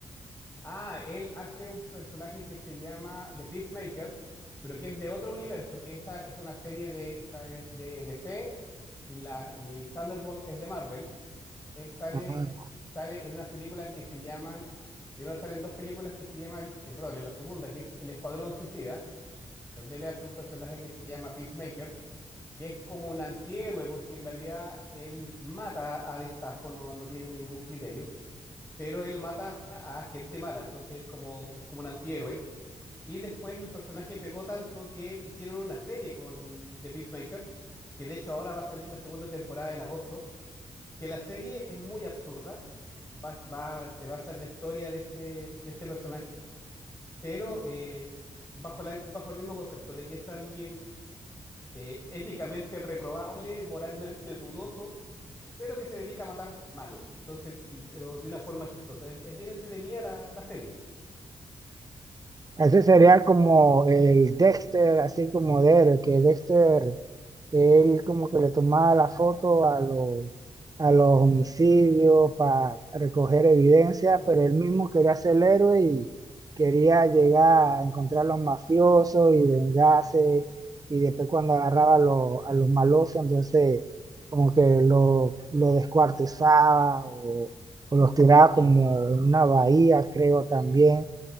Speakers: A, on the left; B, on the right.
A: ah, él hace un personaje que se llama The Peacemaker, pero que es de otro universo, que esa es una serie de, esa es de D C y, la, y Thunderbolt es de Marvel él sale,
B: Ah,
A: sale en unas películas que se llaman, primero salen dos películas que se llaman, eh, perdón, en la segunda, que es El Escuadrón Suicida, donde él hace un personaje que se llama Peacemaker, que es como un antihéroe, porque en realidad él mata a destajo, no, no tiene ningún criterio, pero él mata a gente mala, entonces es como, es como un antihéroe. Y después el personaje pegó tanto que hicieron una serie con The Peacemaker, que de hecho ahora va a salir la segunda temporada en agosto, que la serie es muy absurda, va, va- se basa en la historia de este, de este personaje, pero eh, bajo la- bajo el mismo concepto de que es alguien eh, éticamente reprobable, moralmente dudoso, pero que se dedica a matar malos. Entonces, pero de una forma chistosa. Es, es bien entretenida la, la serie.
B: ese sería como el Dexter, así como Derek, que Dexter, él como que le tomaba la foto a los, a los homicidios para recoger evidencia, pero él mismo quería ser el héroe y quería llegar a encontrar a los mafiosos y vengarse, y después cuando agarraba a los, a los malosos, entonces como que lo, lo descuartizaba o, o los tiraba como en una bahía, creo también.